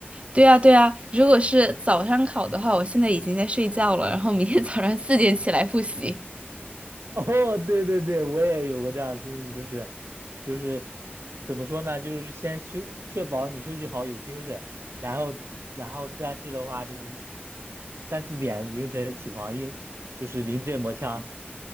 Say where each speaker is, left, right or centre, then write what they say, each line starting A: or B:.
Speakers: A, on the right; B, on the right.
A: 对呀，对呀，如果是早上考的话，我现在已经在睡觉了，然后明天早上四点起来复习。
B: <laughs> 哦，对对对，我也有过这样的经历，就是就是怎么说呢，就是先休，确保你休息好有精神，然后然后但是的话，就三四点凌晨起床，硬就是临阵磨枪，